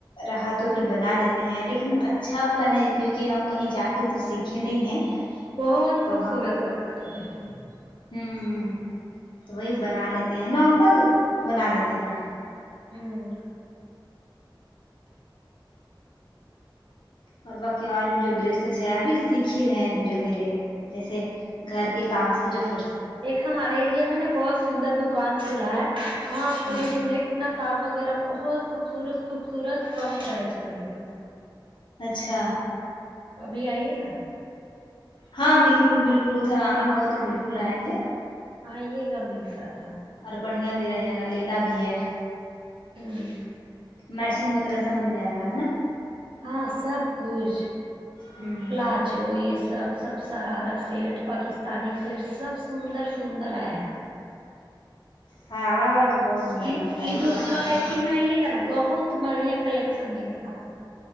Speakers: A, on the left; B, on the right.
A: رہا تو پھر بنا لیتے ہیں لیکن اچھا والا نہیں کیوںکہ ہم کہیں جا کے تو سیکھ کھ نہیں ہیں
B: بہت
A: تو
B: خوبصورت
A: ہم
B: لگ رہا تھا
A: ہوں
B: دیکھنے میں
A: تو وہی بنا لیتے ہیں نارمل بنا لیتے ہیں
B: ہم
A: اور باقی اور بھی جو ڈریسز ہے ابھی سیکھ ہی رہے ہیں دھیرے دھیرے جیسے گھر کے کام سے جو فرض
B: ایک ہمارے ایریا میں نے بہت سندر دکان کھولا ہے وہاں آپ کو
A: ہوں
B: ریڈی مڈ ن کاپ وغیرہ بہت خوبصورت خوبصورت کم پرائز میں ملے گا
A: اچھا
B: تو ابھی آئیے نا
A: ہاں بالکل بالکل ادھر آنا ہوگا تو بالکل آئیں گے
B: ہاں یہ گا میک سات تھا
A: اور بڑھیا بھی رہے گا لینا بھی ہے
B: ہاں
A: میشنگ وغیرہ سب مل جائے گا ہے نا
B: ہاں سب کچھ
A: ہوں
B: پلاد جو یہ سب سب سرارا سیٹ پاکستانی سیٹ سب سندر سندر آیا
A: شرارہ والا تو بہت سندر
B: یہ
A: لگتا ہے ماشاء
B: دودھ
A: اللہ
B: کائے
A: سے
B: تھی میں یہ کر ن بہت بڑھیا کلیکشن ملے تھا آپ کو